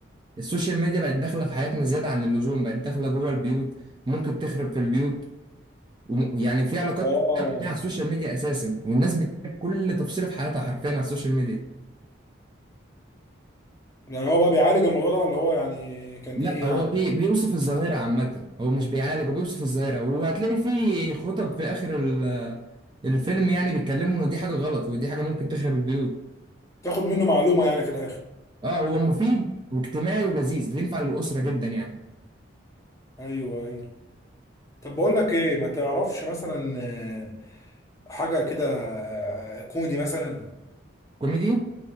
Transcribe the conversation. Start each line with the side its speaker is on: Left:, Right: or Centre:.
Right: السوشيال ميديا بقت داخلة في حياتنا زيادة عن اللزوم بقت داخلة جوه البيوت ممكن تخرب في البيوت ويعني في علاقات
Left: اه
Right: بتتعمل على السوشيال ميديا أساسا والناس بتشارك كل تفصيلة في حياتها حرفيا على السوشيال ميديا
Left: يعني هو بقى بيعالج الموضوع ده ولا هو يعني كان
Right: لا
Left: ايه
Right: هو
Left: يعني
Right: بي بيوصف الظاهرة عامة هو مش بيعالج هو بيوصف الظاهرة وهتلاقي في خطب في آخر ال- الفيلم يعني بيتكلموا إن دي حاجة غلط ودي حاجة ممكن تخرب البيوت
Left: تاخد منه معلومه يعني في الاخر
Right: اه هو مفيد واجتماعي ولذيذ ينفع للأسرة جدا يعني
Left: ايوه ايوه طب بقول لك ايه ما تعرفش مثلا آه، حاجه كده آه، كوميدي مثلا
Right: كوميدي